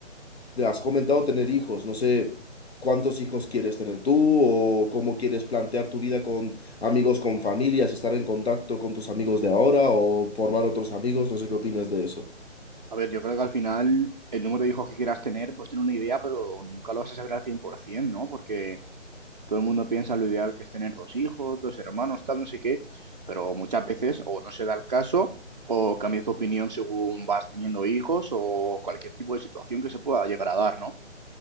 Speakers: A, on the left (about 60°); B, on the right (about 40°).
A: de, has comentado tener hijos, no sé cuántos hijos quieres tener tú o cómo quieres plantear tu vida con amigos, con familias, estar en contacto con tus amigos de ahora o formar otros amigos, no sé qué opinas de eso.
B: A ver, yo creo que al final el número de hijos que quieras tener, pues tener una idea, pero nunca lo vas a saber al 100%, ¿no? Porque todo el mundo piensa lo ideal que es tener dos hijos, dos hermanos, tal, no sé qué, pero muchas veces o no se da el caso o cambias de opinión según vas teniendo hijos o cualquier tipo de situación que se pueda llegar a dar, ¿no?